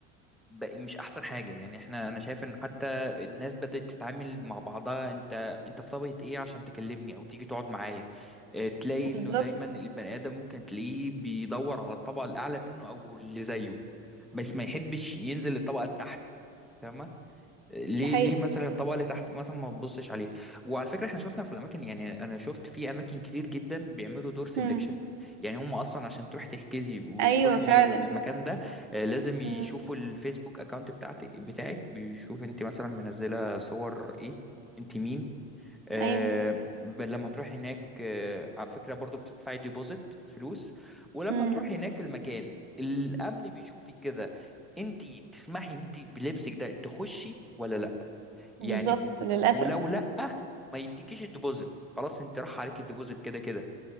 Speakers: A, in the centre; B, on the right (about 60°).
A: بقى مش احسن حاجه يعني احنا انا شايف ان حتى الناس بدات تتعامل مع بعضها انت انت في طبقه ايه عشان تكلمني او تيجي تقعد معايا آه، تلاقي
B: بالظبط
A: انه دايما البني ادم ممكن تلاقيه بيدور على الطبقه الاعلى منه او اللي زيه بس ما يحبش ينزل للطبقه التحت فاهمه؟ ليه
B: دي حقيقه
A: ليه مثلا الطبقه اللي تحت مثلا ما تبصش عليها وعلى فكره احنا شفنا في الاماكن يعني انا شفت في اماكن كتير جدا بيعملوا دور سيلكشن
B: امم
A: يعني هم اصلا عشان تروح تحجزي وتروحي
B: ايوه فعلا
A: المكان ده آه، لازم يشوفوا
B: امم
A: الفيسبوك اكونت بتاعتك بتاعك بيشوف انت مثلا منزله صور ايه انت مين آه
B: ايوه
A: ب- لما تروح هناك آه على فكره برضو بتدفعي ديبوزيت فلوس ولما
B: امم
A: تروح هناك في المكان الامن بيشوفك كده انت تسمحي ان انت بلبسك ده تخشي ولا لا يعني
B: بالظبط للاسف
A: ولو لا ما يديكيش الديبوزيت خلاص انت راح عليك الديبوزيت كده كده